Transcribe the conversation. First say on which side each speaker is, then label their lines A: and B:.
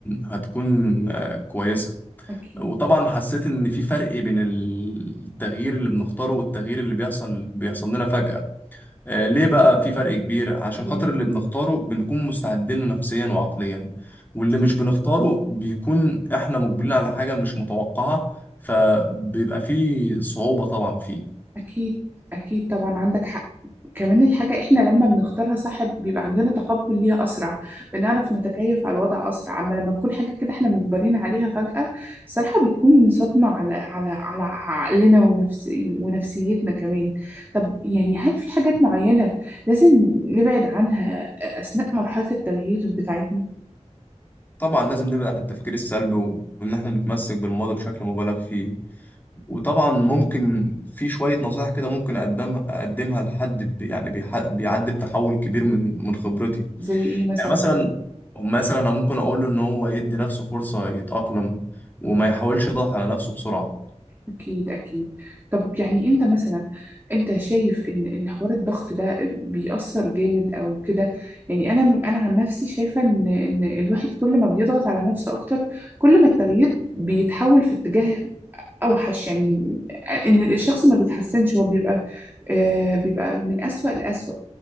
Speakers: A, on the left (about 15°); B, on the right (about 15°).
A: هتكون آه كويسة
B: اكيد
A: وطبعا حسيت إن في فرق بين التغيير اللي بنختاره والتغيير اللي بيحصل بيحصل لنا فجأة آه، ليه بقى في فرق كبير؟ عشان
B: ليه؟
A: خاطر اللي بنختاره بنكون مستعدين له نفسيا وعقليا واللي
B: صح.
A: مش بنختاره بيكون احنا مقبلين على حاجة مش متوقعة فبيبقى فيه صعوبة طبعا فيه
B: اكيد اكيد طبعا عندك حق كمان الحاجة إحنا لما بنختارها صح بيبقى عندنا تقبل ليها أسرع بنعرف نتكيف على الوضع أسرع أما لما تكون حاجة كده إحنا مجبرين عليها فجأة صراحة بتكون صدمة على على على عقلنا ونفس ونفسيتنا كمان طب يعني هل في حاجات معينة لازم نبعد عنها أثناء مرحلة التغيير بتاعتنا
A: طبعا لازم نبعد عن التفكير السلبي و- وان احنا نتمسك بالماضي بشكل مبالغ فيه وطبعا ممكن في شوية نصائح كده ممكن اقدمها اقدمها لحد بي- يعني بيح- بيعدي بتحول كبير من من خبرتي
B: زي إيه مثلا؟
A: يعني مثلا مثلا انا ممكن اقول له ان هو يدي نفسه فرصه يتاقلم وما يحاولش يضغط على نفسه بسرعه
B: أكيد أكيد طب يعني أنت مثلا أنت شايف إن إن حوار الضغط ده بيأثر جامد أو كده يعني أنا أنا عن نفسي شايفة إن إن الواحد كل ما بيضغط على نفسه أكتر كل ما التغيير بيتحول في اتجاه أوحش يعني إن الشخص ما بيتحسنش هو بيبقى آه بيبقى من أسوأ لأسوأ